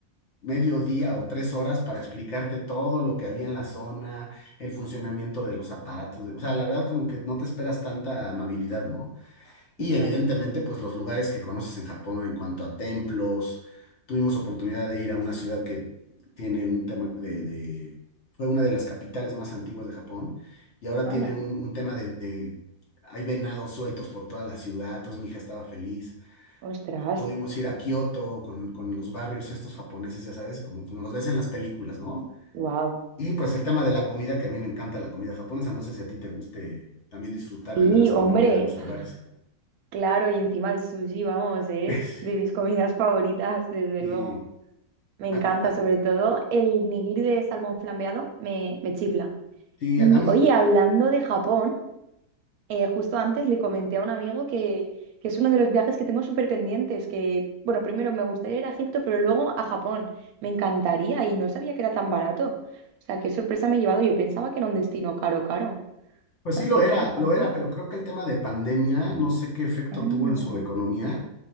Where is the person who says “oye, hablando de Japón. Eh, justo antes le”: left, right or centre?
Right